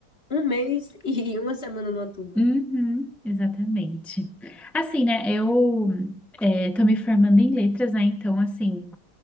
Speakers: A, on the left; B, in the centre.
A: um mês e <laughs> uma semana numa turma.
B: Uhum, exatamente. Assim, né? Eu é, tô me formando em letras, né? Então, assim.